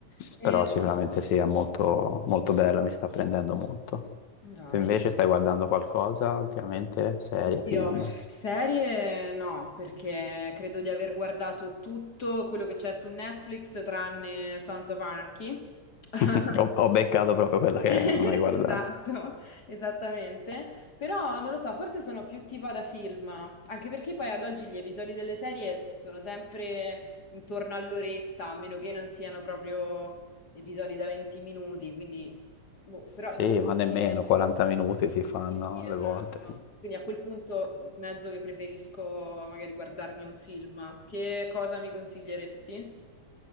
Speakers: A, on the left (about 30°); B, on the left (about 65°).
A: Eh,
B: però sicuramente sì, è molto, molto bello, mi sta prendendo molto.
A: dai.
B: Tu invece stai guardando qualcosa ultimamente? Serie,
A: Oddio,
B: film?
A: serie no, perché credo di aver guardato tutto quello che c'è su Netflix tranne Sons of Anarchy. <laughs>
B: <laughs> Ho, ho beccato proprio quella che
A: Esatto,
B: non hai guardato.
A: esattamente. Però non lo so, forse sono più tipo da film, anche perché poi ad oggi gli episodi delle serie sono sempre intorno all'oretta, a meno che non siano proprio episodi da 20 minuti, quindi boh, però
B: Sì,
A: devo
B: ma nemmeno
A: dire
B: 40 minuti si fanno
A: sì,
B: alle
A: esatto.
B: volte.
A: Quindi a quel punto mezzo che preferisco magari guardarmi un film. Che cosa mi consiglieresti?